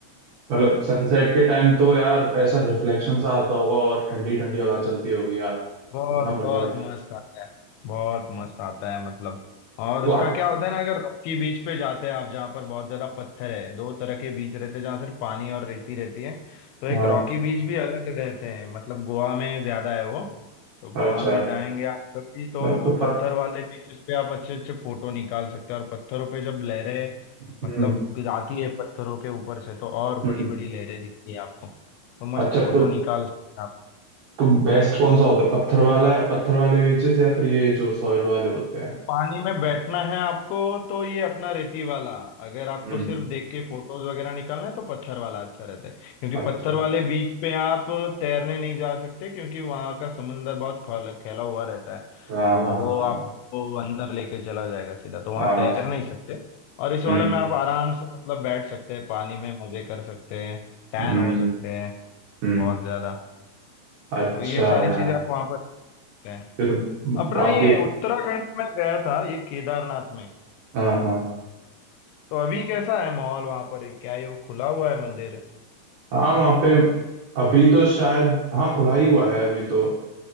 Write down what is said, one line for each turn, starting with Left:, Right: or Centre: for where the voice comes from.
Right: मतलब
Left: हाँ
Right: सनसेट के टाइम तो यार ऐसा रिफ्लेक्शन सा आता होगा और ठंडी ठंडी हवा चलती होगी यार
Left: बहुत
Right: इतना बढ़िया
Left: बहुत
Right: लगता
Left: मस्त
Right: है
Left: आता है बहुत मस्त आता है मतलब और
Right: तो
Left: उसका
Right: आप
Left: क्या होता है ना अगर रॉकी बीच पे जाते हैं आप जहाँ पर बहुत ज्यादा पत्थर है दो तरह के बीच रहते हैं जहाँ सिर्फ पानी और रेती रहती है तो एक
Right: हाँ
Left: रॉकी बीच भी अलग रहते हैं मतलब गोवा में ज्यादा है वो तो गोवा
Right: अच्छा
Left: में जाएंगे आप कभी तो
Right: मतलब
Left: वो
Right: फर
Left: पत्थर वाले बीचेस पे आप अच्छे अच्छे फोटो निकाल सकते हैं और पत्थरों पे जब लहरें
Right: हम्म
Left: मतलब जाती है पत्थरों के ऊपर से तो और बड़ी
Right: हम्म
Left: बड़ी लहरें दिखती है आपको तो मस्त
Right: अच्छा
Left: फोटो
Right: तो
Left: निकाल सकते हैं
Right: तो बेस्ट कौन सा होता है पत्थर वाला पत्थर वाले बीचेस या फिर ये जो सॉयल वाले होते हैं
Left: पानी में बैठना है आपको तो ये अपना रेती वाला अगर आपको
Right: हम्म
Left: सिर्फ देख के फोटोज वगैरह निकालना है तो पत्थर वाला अच्छा रहता है क्योंकि
Right: अच्छा
Left: पत्थर वाले बीच पे आप तैरने नहीं जा सकते क्योंकि वहां का समुंदर बहुत खौल- फैला हुआ रहता है
Right: हाँ
Left: तो
Right: हाँ
Left: वो
Right: हाँ
Left: आपको अंदर लेके चला जाएगा सीधा तो वहां
Right: हाँ
Left: तैर नहीं सकते और इस वाले
Right: हम्म
Left: में आप आराम से मतलब बैठ सकते हैं पानी में मजे कर सकते हैं टैन
Right: हम्म
Left: हो सकते हैं
Right: हम्म
Left: बहुत ज्यादा
Right: अच्छा
Left: तो ये सारी
Right: यार
Left: चीजें आप वहां पर सकते हैं।
Right: ये तो
Left: अपना
Right: काफी
Left: ये उत्तराखंड में गया था ये केदारनाथ में अ,
Right: हाँ हाँ
Left: तो अभी कैसा है माहौल वहां पर क्या ये वो खुला हुआ है मंदिर
Right: हाँ वहाँ पे अभी तो शायद हाँ खुला ही हुआ है अभी तो